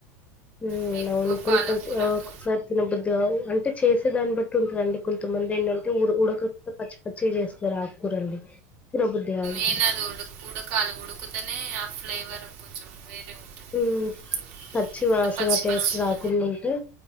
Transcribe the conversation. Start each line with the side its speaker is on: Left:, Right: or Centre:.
Left: ఉమ్
Right: ఎక్కువ
Left: నవును <unintelligible>
Right: పాలకూర
Left: నాకు
Right: అవునవును
Left: ఒక్కోసారి తినబుద్ధి కాదు అంటే చేసే దాన్ని బట్టి ఉంటుందండి కొంతమంది ఏంటంటే ఉర్ ఉడక పచ్చి పచ్చిగ చేస్తారు ఆకుకూరల్ని తినబుద్ధి కాదు
Right: మెయిన్ అది ఉడు ఉడకాలి ఉడికితేనే ఆ ఫ్లేవర్ కొంచెం వేరే ఉంటుంది
Left: ఉమ్ పచ్చి
Right: లేకుంటే
Left: వాసన
Right: పచ్చి
Left: టేస్ట్
Right: పచ్చిగా
Left: రాకుండుంటే